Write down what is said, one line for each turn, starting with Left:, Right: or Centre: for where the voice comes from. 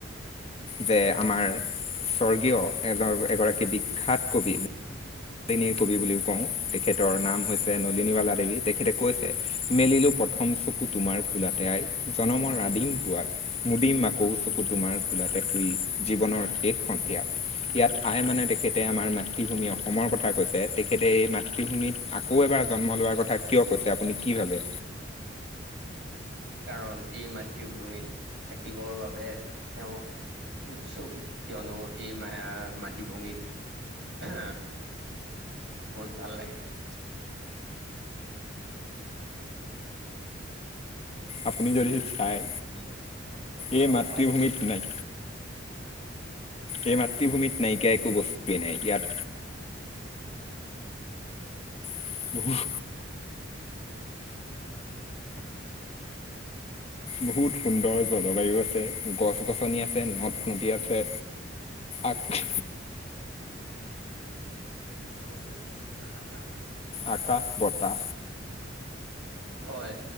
Left: যে আমাৰ স্বৰ্গীয় এগৰ-এগৰাকী বিখ্যাত কবি <unintelligible> কবি বুলিও কওঁ তেখেতৰ নাম হৈছে নলিনীবালা দেৱী তেখেতে কৈছে মেলিলোঁ প্ৰথম চকু তোমাৰ কোলাতে আই। জনমৰ আদিম পোৱাত মুদিম মাকৌ চকু তোমাৰ কুলাতে শুই জীৱনৰ শেষ সন্ধিয়াত ইয়াত আই মানে তেখেতে আমাৰ মাতৃভূমি অসমৰ কথা কৈছে তেখেতে এই মাতৃভূমিত আকৌ এবাৰ জন্ম লোৱাৰ কথা কিয় কৈছে আপুনি কি ভাবে,
Right: কাৰণ এই মাতৃভূমিত থাকিবৰ বাবে তেওঁ উৎসুক, কিয়নো এই মাতৃভূমিত আ বহুত ভাল লাগে। <unintelligible>
Left: আপুনি যদি চাই
Right: কিনো ফটোগেলা
Left: এই মাতৃভূমিত
Right: মোবাইল ফোন
Left: নাই এই মাতৃভূমিত নাইকিয়া একো বস্তুৱেই নাই ইয়াত,
Right: <unintelligible>
Left: <inaudible>
Right: <unintelligible>
Left: বহুত সুন্দৰ জলবায়ু আছে, গছ গছনি আছে, নদ নদী আছে। আঠ
Right: প জীৱিকা ক্াব <inaudible>
Left: আকাশ বটা
Right: হয়